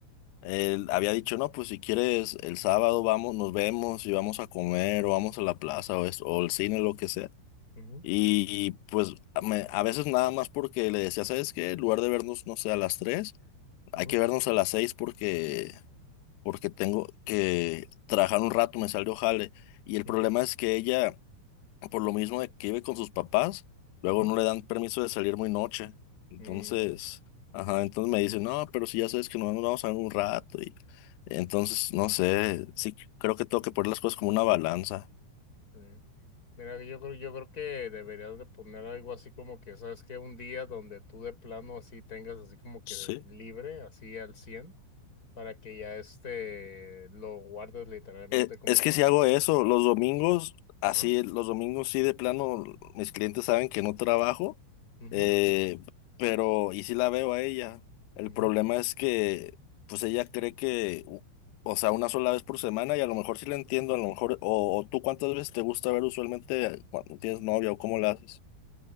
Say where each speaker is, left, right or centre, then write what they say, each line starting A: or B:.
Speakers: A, on the left (about 80°); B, on the left (about 20°).
A: él había dicho, no, pues si quieres el sábado vamos, nos vemos y vamos a comer o vamos a la plaza o, esto, o el cine, lo que sea.
B: ujú,
A: Y pues a me- a veces nada más porque le decía, ¿sabes qué? En lugar de vernos, no sé, a las tres hay
B: ujú,
A: que vernos a las seis porque, porque tengo que trabajar un rato, me salió jale. Y el
B: ujú,
A: problema es que ella, por lo mismo de que vive con sus papás, luego
B: ujú.
A: no le dan permiso de salir muy noche. Entonces,
B: Mm,
A: ajá, entonces me dice, no, pero si ya sabes que nos vamos vamos a ver un rato. Y entonces, no sé, sí, creo que tengo que poner las cosas como una balanza.
B: Sí. Mira, yo creo, yo creo que deberías de poner algo así como que, ¿sabes que Un día donde tú de plano así tengas así como que
A: Sí.
B: libre, así al 100 para que ya este lo guardes literalmente
A: Eh,
B: como
A: Es que
B: para...
A: si hago eso, los domingos, así,
B: Ajá.
A: los domingos sí de plano, mis clientes saben que no trabajo,
B: ujú,
A: eh, pero, y sí la veo a ella. El
B: ujú.
A: problema es que, pues ella cree que, u- o sea, una sola vez por semana, y a lo mejor sí la entiendo, a lo mejor, o, o tú cuántas veces te gusta ver usualmente eh, cuando tienes novia o cómo la haces,